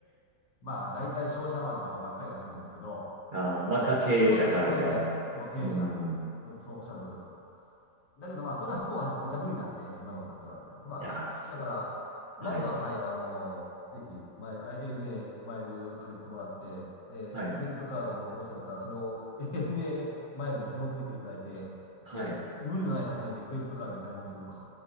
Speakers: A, on the left; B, on the right.
A: まあ、大体商社マンとかばっかりらしいんですけど、
B: ああ、まあ、
A: もう仕事で海外、
B: か経営者か、みたいな。
A: そう、経営者、
B: うん。い
A: そう、そうおっしゃる通りですわ。だけどまあ、それはもう私絶対無理なんで、今の立場じゃ。まあ、
B: やー、そうです。
A: だから、まずは、
B: はい。
A: はい、あの、ぜひ、マイ、ANA マイル入ってもらって、で、
B: はい。
A: クレジットカードお持ちだったら、それを ANA マイルに紐付けていただいて、
B: はい。
A: で、無理のない範囲でクレジットカードで買い物すると。